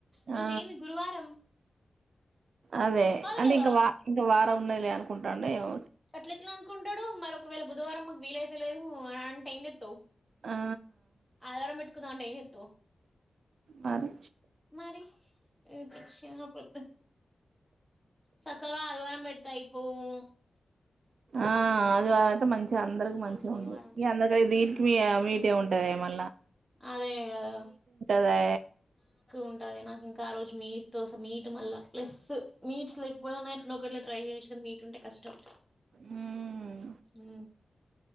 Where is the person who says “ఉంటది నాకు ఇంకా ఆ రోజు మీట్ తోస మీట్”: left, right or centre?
Centre